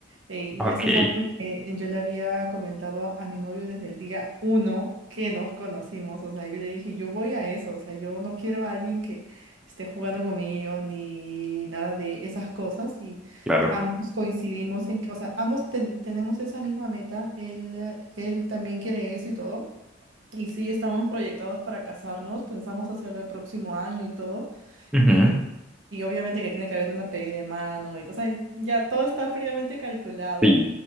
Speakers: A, on the right (about 85°); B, in the centre.
A: eh, y
B: Ok,
A: eso es algo que yo le había comentado a, a mi novio desde el día uno que nos conocimos, o sea, yo le dije, yo voy a eso, o sea, yo no quiero a alguien que esté jugando conmigo ni nada de esas cosas,
B: claro.
A: Ambos coincidimos en que, o sea, ambos ten- tenemos esa misma meta, él, eh, él también quiere eso y todo. Y sí, estamos proyectados para casarnos, pensamos hacerlo el próximo año y todo.
B: Ujú,
A: em, y obviamente que tiene que haber una pedida de mano y todo, o sea, ya todo está fríamente calculado.
B: Sí,